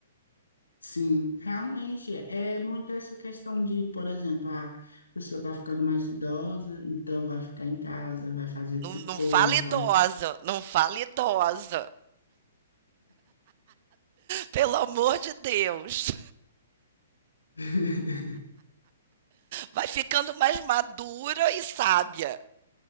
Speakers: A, on the left; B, on the right.
A: Sim, realmente é muito essa questão de, por exemplo, ah, a pessoa tá ficando mais idosa, então vai ficar em casa, vai fazer
B: Não,
A: tricô,
B: não fala idosa,
A: vai
B: não fala idosa. Pelo amor de Deus.
A: <laughs>
B: Vai ficando mais madura e sábia.